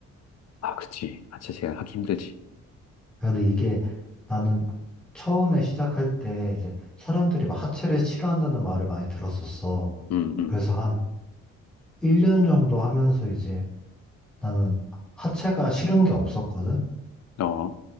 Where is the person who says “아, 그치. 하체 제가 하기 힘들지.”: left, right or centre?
Left